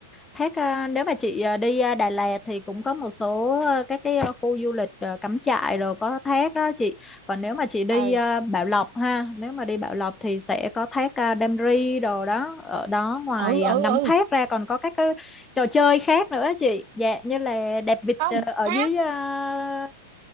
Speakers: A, on the left; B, on the right.
A: Thác à, nếu mà chị à, đi à, Đà Lạt thì cũng có một số à, các cái à, khu du lịch à, cắm trại rồi có thác đó chị. Còn nếu mà chị đi
B: ừ
A: à, Bảo Lộc ha, nếu mà đi Bảo Lộc thì sẽ có thác à, Đam Ri đồ đó. Ở đó ngoài
B: ừ ừ
A: à, ngắm
B: ừ
A: thác ra còn có các cái trò chơi khác nữa chị. Dạ như là đạp vịt
B: không
A: à, ở
B: thác
A: dưới à,